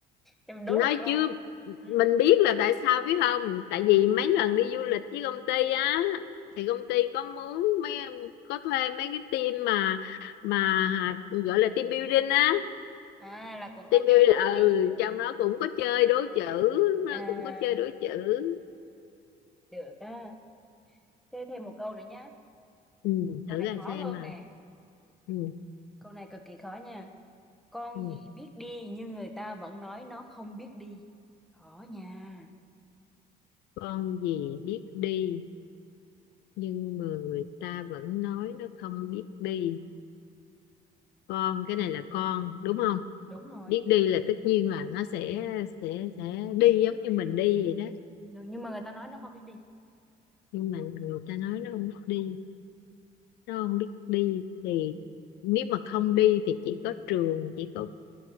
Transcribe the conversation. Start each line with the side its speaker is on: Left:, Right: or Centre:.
Centre: Thì mình đố
Left: nói
Centre: thêm câu
Left: chứ
Centre: Ừ?
Left: mình biết là tại sao biết không tại vì mấy lần đi du lịch với công ty á thì công ty có muốn mấy có thuê mấy cái team mà mà gọi là team building á
Centre: À là cũng có
Left: team building
Centre: chơi đố
Left: ừ
Centre: chữ.
Left: trong đó cũng có chơi đố chữ nó
Centre: À,
Left: cũng có chơi đố chữ
Centre: được á. Thế thêm một câu nữa nhá.
Left: ừ,
Centre: Câu
Left: thử
Centre: này
Left: ra
Centre: khó
Left: xem
Centre: hơn
Left: mà
Centre: nè.
Left: ừ,
Centre: Câu này cực kỳ khó nha. Con
Left: ừ.
Centre: gì biết đi nhưng người ta vẫn nói nó không biết đi. Khó nha.
Left: con gì biết đi nhưng mà người ta vẫn nói nó không biết đi con cái này là con đúng không
Centre: Đúng rồi.
Left: biết đi là tất nhiên là nó sẽ sẽ sẽ đi giống như mình đi vậy đó
Centre: Rồi, Nhưng mà người ta nói nó không biết đi.
Left: nhưng mà người ta nói nó không biết đi nó không biết đi thì nếu mà không đi thì chỉ có trường chỉ có